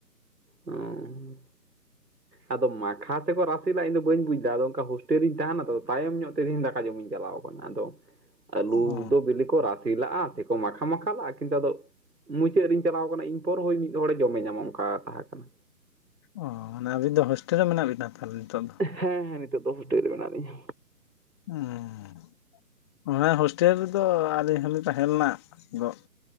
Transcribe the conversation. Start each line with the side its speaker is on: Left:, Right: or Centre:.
Right: ᱚ ᱟᱫᱚ ᱢᱟᱠᱷᱟ ᱛᱮᱠᱚ ᱨᱟᱥᱮ ᱞᱮ ᱤᱧᱫᱚ ᱵᱟᱹᱧ ᱵᱩᱡᱽ ᱫᱟ ᱟᱫᱚ ᱚᱱᱠᱟ ᱦᱳᱥᱴᱮᱞ ᱨᱤᱧ ᱛᱟᱦᱮᱱᱟ ᱛᱚ ᱛᱟᱭᱚᱢ ᱧᱚᱜ ᱛᱮᱦᱮᱧ ᱫᱟᱠᱟ ᱡᱚᱢᱤᱧ ᱪᱟᱞᱟᱣ ᱟᱠᱟᱱᱟ ᱟᱫᱚ ᱟᱹᱞᱩ
Left: ᱚ
Right: ᱫᱚ ᱵᱤᱞᱤ ᱠᱚ ᱨᱟᱥᱮ ᱞᱟᱜᱼᱟ ᱥᱮᱠᱚ ᱢᱟᱠᱷᱟ ᱢᱟᱠᱷᱟ ᱞᱟᱜᱼᱟ ᱠᱤᱱᱛᱩ ᱟ ᱫᱚ ᱢᱩᱪᱟᱹᱫ ᱨᱮᱧ ᱪᱟᱞᱟᱣ ᱠᱟᱱᱟ ᱤᱧ᱾ ᱯᱚᱨ ᱦᱳᱭ ᱢᱤᱫ ᱦᱚᱲᱮ ᱡᱚᱢᱮ ᱧᱟᱢᱚᱜ ᱚᱱᱠᱟ ᱛᱟᱦᱮᱸ ᱠᱟᱱᱟ᱾
Left: ᱚᱻᱟᱱᱮ ᱟᱵᱤᱱ ᱫᱚ ᱦᱳᱥᱴᱮᱞ ᱨᱮ ᱢᱮᱱᱟᱜ ᱵᱤᱱᱟ ᱛᱟᱦᱚᱞᱮ ᱱᱤᱛᱚᱜ ᱫᱚ?
Right: ᱦᱮᱸ ᱦᱮᱸ ᱱᱤᱛᱚᱜ ᱫᱚ ᱦᱳᱥᱴᱮᱞ ᱨᱮ ᱢᱮᱱᱟᱜ ᱞᱤᱧᱟ᱾
Left: ᱦᱮᱸᱻᱮ᱾ ᱚᱱᱟ ᱦᱳᱥᱴᱮᱞ ᱨᱮᱫᱚ ᱟᱹᱞᱤᱧ ᱦᱚᱸᱞᱤᱧ ᱛᱟᱦᱮᱸ ᱞᱮᱱᱟᱜ ᱜᱚᱜ